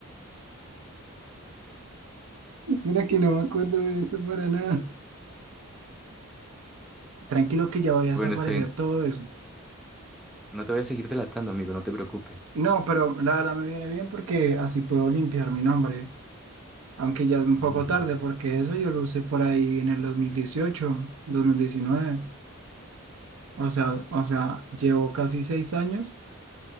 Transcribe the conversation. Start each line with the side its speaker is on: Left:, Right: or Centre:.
Right: Mira que no me acuerdo de eso para nada. Tranquilo que ya voy a desaparecer
Centre: Bueno, está bien.
Right: todo eso.
Centre: No te voy a seguir delatando, amigo, no te preocupes.
Right: No, pero la verdad me viene bien porque así puedo limpiar mi nombre, aunque ya es un
Centre: <laughs>
Right: poco tarde porque eso yo lo usé por ahí en el dos dos mil dieciocho dos mil diecinueve O sea, o sea, llevo casi seis años